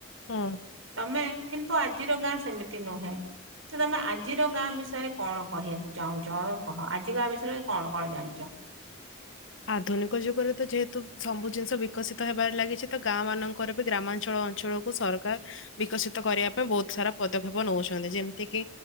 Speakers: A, on the left; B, on the right.
A: ହୁଁ।
B: ତମେ କିନ୍ତୁ ଆଜିର ଗାଁ ସେମିତି ନୁହେଁ। ତ ତମେ ଆଜିର ଗାଁ ବିଷୟରେ କଣ କହିବାକୁ ଚାହୁଁଛ କହ ଆଜି କା ବିଷୟରେ କଣ କଣ ଜାଣିଛ।
A: ଆଧୁନିକ ଯୁଗରେ ତ ଯେହେତୁ ସବୁ ଜିନିଷ ବିକଶିତ ହେବାରେ ଲାଗିଛି ତ ଗାଁ ମାନଙ୍କର ବି ଗ୍ରାମାଞ୍ଚଳ ଅଞ୍ଚଳ ବୁ ସରକାର୍ ବିକଶିତ କରିବା ପାଇଁ ବହୁତ ସାରା ପଦକ୍ଷେପ ନଉଛନ୍ତି ଯେମ୍ତି କିି